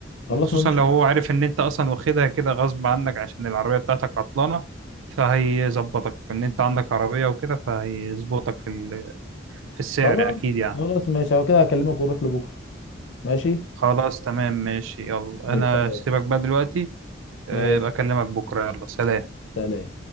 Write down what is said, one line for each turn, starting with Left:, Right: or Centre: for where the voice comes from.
Left: خلاص
Right: خصوصا
Left: مفيش
Right: لو هو عارف ان انت اصلا واخدها كده غصب عنك عشان العربية بتاعتك عطلانة فهيظبطك ان انت عندك عربية وكده فهيظبطك في ال... في السعر
Left: خلاص
Right: اكيد يعني
Left: خلاص ماشي هو كده هكلمك ونروح لبكره ماشي
Right: خلاص تمام ماشي يلا
Left: ماشي.
Right: انا
Left: سلام
Right: سيبك بقى دلوقتي آه،
Left: ماشي
Right: يبقى اكلمك بكرة يلا سلام
Left: سلام